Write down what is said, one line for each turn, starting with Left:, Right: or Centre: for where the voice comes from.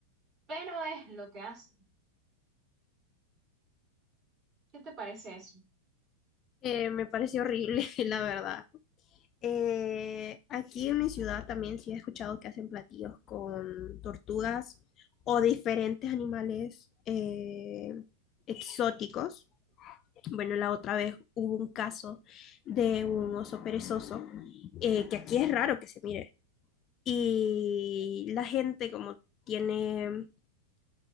Right: pero es lo que hacen. ¿Qué te parece eso?
Left: Eh, me pareció horrible, <laughs> la verdad. Eh, aquí en mi ciudad también sí he escuchado que hacen platillos con tortugas o diferentes animales eh, exóticos. Bueno, la otra vez hubo un caso de un oso perezoso, eh, que aquí es raro que se mire. Y la gente como tiene